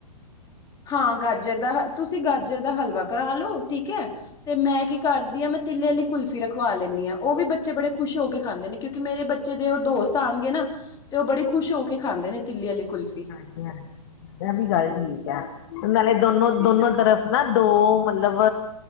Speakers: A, on the left (about 20°); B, on the left (about 45°).
A: ਹਾਂ ਗਾਜਰ ਦਾ ਤੁਸੀਂ ਗਾਜਰ ਦਾ ਹਲਵਾ ਕਰਾ ਲਓ ਠੀਕ ਹੈ ਤੇ ਮੈਂ ਕੀ ਕਰਦੀ ਹਾਂ ਮ ਤਿੱਲੇ ਵਾਲੀ ਕੁਲਫੀ ਰਖਵਾ ਲੈਂਨੀ ਆਂ। ਉਹ ਵੀ ਬੱਚੇ ਬੜੇ ਖੁਸ਼ ਹੋ ਕੇ ਖਾਂਦੇ ਨੇ ਕਿਉਂਕਿ ਮੇਰੇ ਬੱਚੇ ਦੇ ਉਹ ਦੋਸਤ ਆਣਗੇ ਨਾ ਤੇ ਉਹ ਬੜੀ ਖੁਸ਼ ਹੋ ਕੇ ਖਾਂਦੇ ਨੇ, ਤਿੱਲੀ ਵਾਲੀ ਕੁਲਫ਼ੀ
B: ਹਾਂਜੀ ਇਹ ਵੀ ਗੱਲ ਠੀਕ ਆ, ਨਾਲੇ ਦੋਨੋ-ਦੋਨੋ ਤਰਫ ਨਾ ਦੋ ਮਤਲਬ